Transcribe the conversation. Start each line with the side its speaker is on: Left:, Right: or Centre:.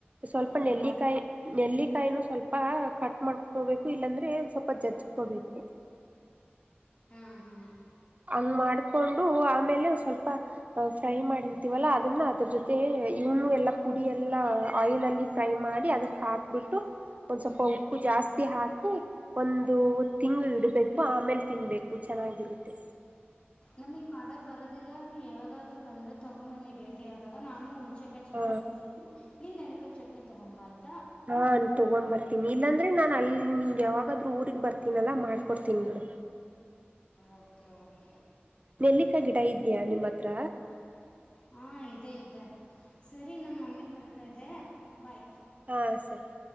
Right: ಸ್ವಲ್ಪ
Left: ಹೌದಾ
Right: ನೆಲ್ಲಿಕಾಯಿ ನೆಲ್ಲಿಕಾಯಿನ ಸ್ವಲ್ಪ ಕಟ್ ಮಾಡ್ಕೋಬೇಕು ಇಲ್ಲಾಂದ್ರೆ ಸ್ವಲ್ಪ ಜಜ್ಜ್ಕೋಬೇಕು
Left: ಹಾಂ ಹಾಂ
Right: ಹಂಗ್ ಮಾಡ್ಕೊಂಡು ಆಮೇಲೆ ಸ್ವಲ್ಪ ಫ್ರೈ ಮಾಡಿರ್ತೀವಲ್ಲ ಅದನ್ನ ಅದ್ರ ಜೊತೆ ಇವನು ಎಲ್ಲಾ ಪುಡಿ ಎಲ್ಲಾ ಆಯಿಲ್ಲ್ಲಿ ಫ್ರೈ ಮಾಡಿ ಅದಕ್ ಹಾಕ್ಬಿಟ್ಟು ಒಂದ್ ಸ್ವಲ್ಪ
Left: ಹ್ಞೂ
Right: ಉಪ್ಪು ಜಾಸ್ತಿ ಹಾಕಿ ಒಂದು ತಿಂಗಳ ಇಡ್ಬೇಕು ಆಮೇಲೆ ತಿನ್ಬೇಕು ಚೆನ್ನಾಗಿರುತ್ತೆ
Left: ನಮಗ್ ಮಾಡಕ್ ಬರೋದಿಲ್ಲ ನೀ ಯಾವಾಗಾದ್ರು ಬಂದ್ರೆ ತಗೊಂಡ್ಂಬನ್ನಿ ಭೇಟಿ ಆದಾಗ ನಾನುಚ ಚ ಚಟ್ನಿ
Right: ಹ
Left: ತಗೊಂಡ್ ನೆನ ಚಟನೀ ತಗೊಂಬ ಆಯತು
Right: ಹಾನ್ ತಗೊಂಡ್ ಬರಿ ಇಲ್ಲಾಂದ್ರೆ ನಾನನ್ ಅಲ್ಲಿ ನಿಗ ಯಾವಾಗಾದ್ರೂ ಊಗ್ ಬರ್ತೀನಲ್ಲ ಮಾಡ್ಕೊಡ್ತೀನಿ ಬಿಡ
Left: ಓಕೆ ಓಕೆ
Right: ನೆಲ್ಲಿಕಾ ಗಿಡ ಇದ್ಯಾ ನಿಮ್ಮ ಹತ್ರ
Left: ಹಾ ಇದೇ ಇದೆ ಸರಿ ನಮ್ಮ ಮಮ್ಮಿ ಕರತಾ ಇದೆ ಬಾಯ್.
Right: ಹಾ ಸರಿ.